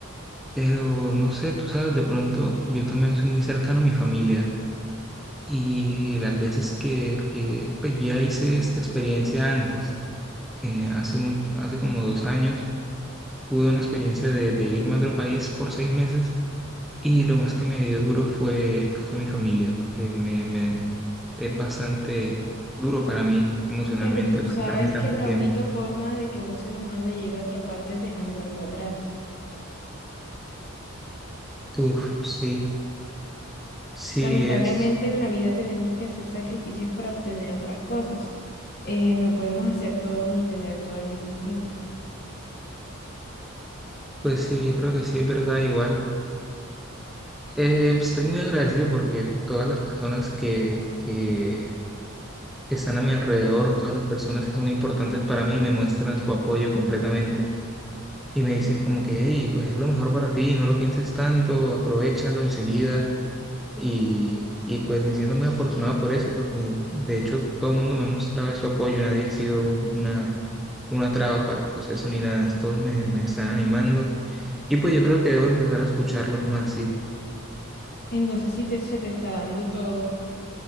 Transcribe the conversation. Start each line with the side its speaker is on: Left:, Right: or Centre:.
Centre: Pero no sé, tú sabes, de pronto yo también soy muy cercano a mi familia y las veces que, que pues ya hice esta experiencia antes, eh, hace un, hace como dos años, tuve una experiencia de, de irme a otro país por seis meses y lo más que me dio duro fue, fue mi familia, porque me, me, es bastante duro para mí emocionalmente
Left: Pero tú
Centre: apartarme
Left: sabes
Centre: tanto
Left: que la
Centre: tiempo.
Left: única forma de que un ser humano llegue a otra parte es dejando algo atrás.
Centre: Uf, sí, sí
Left: Lamentablemente
Centre: es,
Left: en la vida tenemos que hacer sacrificios para obtener otras cosas. Eh, no podemos hacer todo ni tener todo al mismo tiempo.
Centre: pues sí, yo creo que sí es verdad, igual. Eh, estoy muy agradecido porque todas las personas que, que están a mi alrededor, todas las personas que son importantes para mí, me muestran su apoyo completamente y me dicen como que, hey, pues es lo mejor para ti, no lo pienses tanto, aprovéchalo enseguida y, y pues me siento muy afortunado por eso porque de hecho todo el mundo me ha mostrado su apoyo, nadie ha sido un- una una traba para el proceso ni nada. Todos me, me están animando. Y pues yo creo que debo empezar a escucharlos más, sí.
Left: Entonces, si te- se te está dando todo.